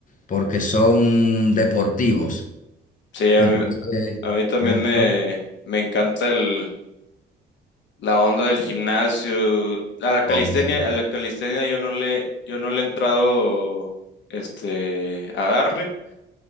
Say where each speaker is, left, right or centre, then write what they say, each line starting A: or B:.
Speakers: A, on the left; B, on the left.
A: porque son deportivos.
B: Sí, a
A: Entonces,
B: mí, a mí también
A: por ejemplo,
B: me, me encanta el, la onda del gimnasio. A la calistenia,
A: o-
B: a la calistenia yo no le, yo no le he entrado este, a darle.